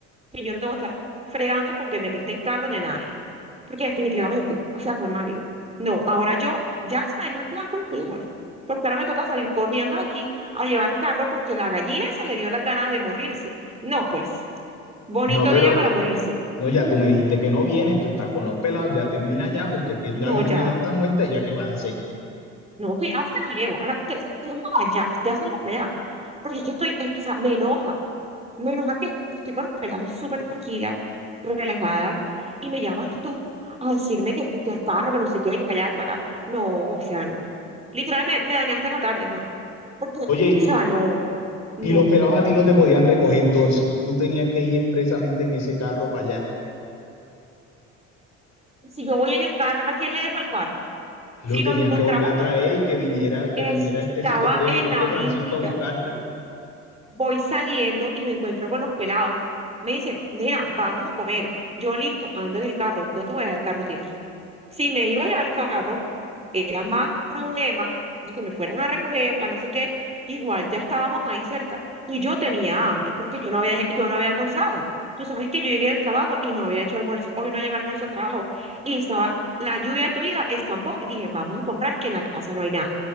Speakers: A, on the right (about 15°); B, on the left (about 45°).
A: Que yo no tengo que estar fregando con que me presten carro de nadie. Porque definitivamente, o sea, Juan Mario, no, ahora yo ya se me dañó el plan con los primos. Porque ahora me toca salir corriendo de aquí a llevar el carro porque la gallina se le dio las ganas de morirse. No, pues, bonito
B: No, pero
A: día para
B: t-
A: morirse.
B: no, ya tú me dijiste que no vienes, tú estás con los pelados, ya termina ya, porque es que la
A: No,
B: gallina
A: ya,
B: ya está muerta y ya qué vas a hacer.
A: no, que ahorita lo llevo. Ahora, que- que- que- ya, ya salgo para allá. Porque es que estoy, eh, o sea, me enoja. Menos a que estoy con los pelados súper tranquila, relajada, y me llamas tú a decirme que, que el carro, que no sé qué, que para allá, que para acá. No, o sea, no. Literal, me, me dañaste la tarde, Juan. Porque, o
B: Oye,
A: sea, no, no.
B: y los pelados a ti no te podían recoger entonces, tú tenías que ir expresamente en ese carro para allá,
A: Si yo voy en el carro, ¿a quién le dejo el carro?
B: lo
A: Si
B: tenías
A: nos encontramos
B: que volver a
A: con...
B: traer y que viniera, que
A: Estaba
B: viniera este, sa- este,
A: en
B: este
A: la Olímpica.
B: Francisco a buscarte.
A: voy saliendo y me encuentro con los pelados. Me dicen, mira, vamos a comer. Yo listo, ando en el carro, no te voy a dejar el carro tirado. Si me iba a llevar el carro, era más problema que me fueran a recoger para no sé qué. Igual ya estábamos ahí cerca y yo tenía hambre porque yo no había, yo no había almorzado. Tú sabes que yo llegué del trabajo y no había hecho almuerzo. Hoy no llevé almuerzo al trabajo y estaba la lluvia de tu vida, escampó y dije, vamos a comprar que en la casa no hay nada.